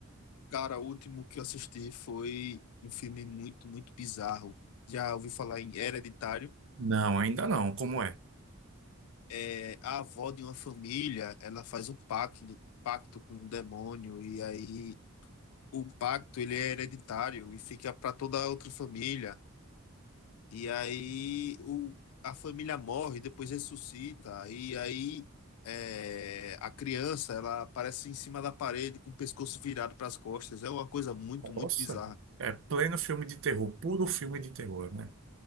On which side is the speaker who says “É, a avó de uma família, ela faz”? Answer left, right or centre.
Left